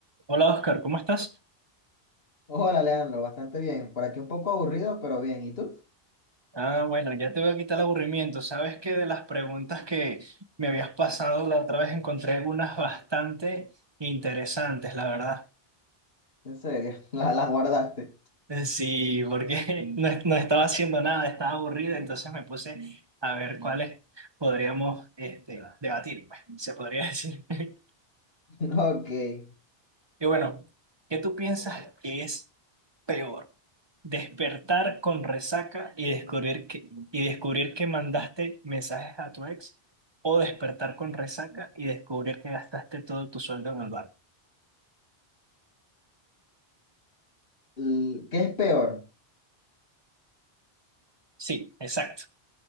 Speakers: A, on the right; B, on the left.
A: Hola Oscar, ¿cómo estás?
B: Hola, Leandro, bastante bien. Por aquí un poco aburrido, pero bien. ¿Y tú?
A: Ah, bueno, ya te voy a quitar el aburrimiento. Sabes que de las preguntas que me habías pasado la otra vez encontré unas bastante interesantes, la verdad.
B: En serio, <laughs> la- las guardaste.
A: Eh, Sí, porque <laughs> no, no estaba haciendo nada, estaba aburrido, entonces me puse a ver cuáles podríamos este, debatir, pues, se podría decir. <laughs>
B: <laughs> Ok.
A: Y bueno, ¿qué tú piensas que es peor? ¿Despertar con resaca y descubrir que, y descubrir que mandaste mensajes a tu ex? ¿O despertar con resaca y descubrir que gastaste todo tu sueldo en el bar?
B: L- ¿Qué es peor?
A: Sí, exacto.